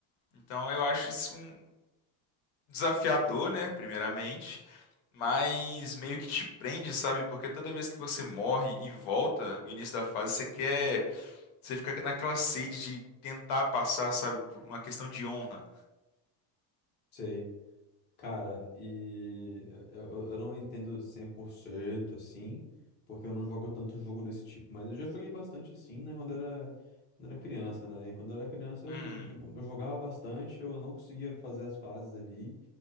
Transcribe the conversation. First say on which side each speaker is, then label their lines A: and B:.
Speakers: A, on the left; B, on the left.
A: Então, eu acho isso. um, desafiador, né? Primeiramente, mas meio que te prende, sabe? Porque toda vez que você morre e volta, o início da fase, você quer. Você fica naquela sede de tentar passar, sabe? Por uma questão de honra.
B: Sei. Cara, e eu, eu eu não entendo 100% assim, porque eu não jogo tanto jogo desse tipo, mas eu já joguei bastante assim, né, quando era, quando era criança, né? E quando eu era criança
A: Hum,
B: eu, não, eu jogava bastante, eu não conseguia fazer as fases ali,